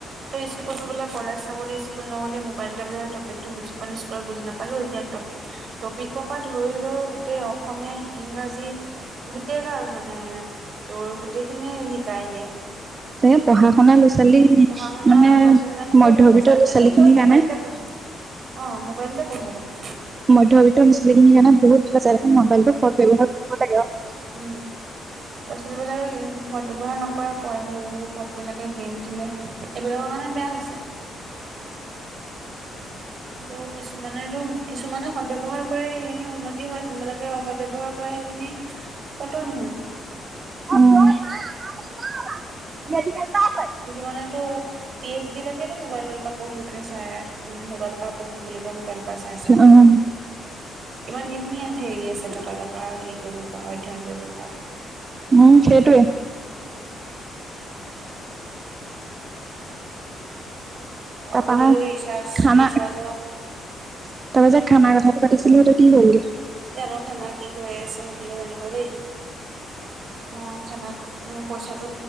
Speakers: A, on the right; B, on the right.
A: টো স্কুল বুলে কলেজ নগ'লি স্কুল নগ'লি মোবাইলতে বুলে টপিকটো বুজি পোৱা নাই, স্কুলত বুজি নাপালো এতিয়া টপিক - টপিক টপিকৰ পৰা ধৰি লৈ গোটেই অসমীয়া ইংৰাজী গোটেই গাল মানে তোৰ গোটেইখিনিয়ে শিকাই দিয়ে।
B: তে পঢ়া শুনা বেছ <unintelligible>
A: পঢ়া শুনা
B: মানে
A: ল'ৰা ছোৱালীৰ কাৰণে
B: মধ্য
A: বহুত ভাল হৈছে
B: বিত্ত
A: আজিকালিতো
B: ল'ৰা ছোৱালীখিনি
A: চব
B: কাৰণে
A: মোবাইলতে পঢ়ে অ মোবাইলতে পঢ়ে দেখোন
B: মধ্য বিত্ত ল'ৰাছোৱালীখিনি কাৰণে বহুত ভাল হৈছে, <unintelligible> ম'বাইলটো সৎ ব্যৱহাৰ কৰিব লাগে আৰু।
A: উম। ল'ৰা ছোৱালীবিলাকে সৎ ব্যৱহাৰ নকৰে, পোৱালী সৰু - সৰু পোৱালীবিলাকে গেম খেলে। এইবিলাকৰ কাৰণে বেয়া হৈছে। কিন্তু কিছুমানেটো কিছুমানে সদব্যৱহাৰ কৰে সেইখিনিৰ উন্নতি হয় যোনবিলাকে অসৎব্যৱহাৰ কৰে সেইখিনিৰ পতন হয়।
B: উম্।
A: কিছুমানেতো পি এইচ ডি লৈকেটো মোবাইলৰ পৰা পঢ়ি পেলাই চাই মোবাইলৰ পৰা পঢ়ে <unintelligible> মোবাইলৰ পা চাই- চাই এনেকুৱা।
B: উম,
A: কিমান কিখিনী হেৰি আছে মোবাইলৰ পৰা হেৰি কৰিব পৰা অধ্যয়ন কৰিব পৰা।
B: উম সেইটোৱে। তাৰপা
A: আগতেতো
B: হা
A: ৰিচাৰ্জ
B: খানা,
A: ৰিচাৰ্জৰ
B: তাৰপা যে খানা কথাটো পাতিছিলো এতিয়া কি হ'লগে।
A: জানো খানা কি কৰি আছে সিহতিহে জানিব দেই। অ' খানাত মোৰ পইচাটো